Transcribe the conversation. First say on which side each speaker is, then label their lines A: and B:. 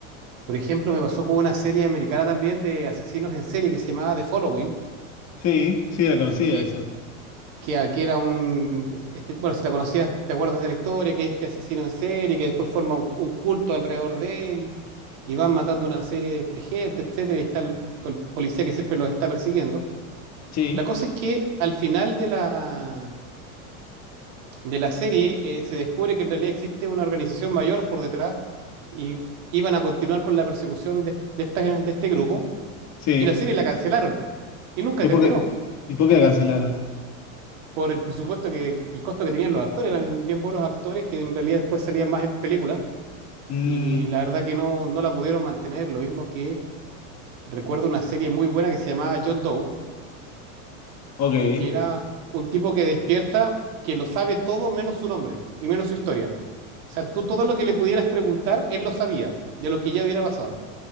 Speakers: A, on the right; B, on the left.
A: Por ejemplo, me pasó con una serie americana también de asesinos en serie que se llamaba The Following,
B: Sí, sí, la conocía
A: que
B: esa.
A: que aquí era un, este- bueno, si la conocías, te acuerdas de la historia, que es este asesino en serie, que después forma un, un culto alrededor de él, y van matando una serie de, de gente, etcétera, y está el, con el policía que siempre los está persiguiendo.
B: Sí,
A: La cosa es que al final de la, de la serie eh, se descubre que en realidad existe una organización mayor por detrás y iban a continuar con la persecución de, de esta- de este grupo,
B: sí.
A: y la serie la cancelaron y nunca
B: ¿Y
A: terminó.
B: por qué, y por qué la cancelaron?
A: por el presupuesto que el costo que tenían los actores, eran bien buenos actores que en realidad después salían más en películas
B: Mm,
A: y la verdad que no, no la pudieron mantener, lo mismo que recuerdo una serie muy buena que se llamaba John Doe,
B: ok,
A: que era un tipo que despierta que lo sabe todo menos su nombre y menos su historia. O sea, tú todo lo que le pudieras preguntar, él lo sabía, de lo que ya hubiera pasado,